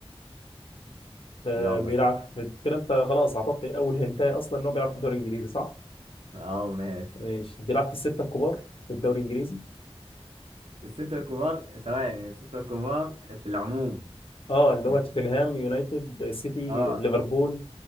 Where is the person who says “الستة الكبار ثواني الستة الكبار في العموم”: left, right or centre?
Right